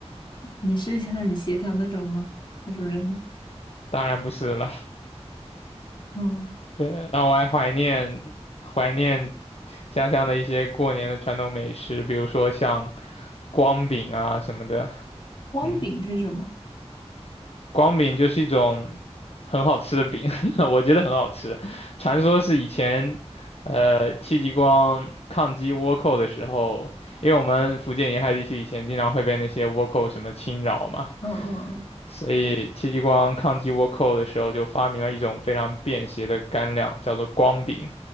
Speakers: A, on the left (about 45°); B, on the left (about 65°).
A: 你是很协调那种吗？那种人吗
B: 当然不是了，
A: 嗯，
B: 对，然后我还怀念怀念家乡的一些过年的传统美食，比如说像光饼啊什么的，
A: 光饼是什么？
B: 嗯。光饼就是一种很好吃的饼，<laughs> 我觉得很好吃。传说是以前，呃，戚继光抗击倭寇的时候，因为我们福建沿海地区以前经常会被那些倭寇什么侵扰嘛，
A: 嗯嗯
B: 所以戚继光抗击倭寇的时候就发明了一种非常便携的干粮，叫做光饼，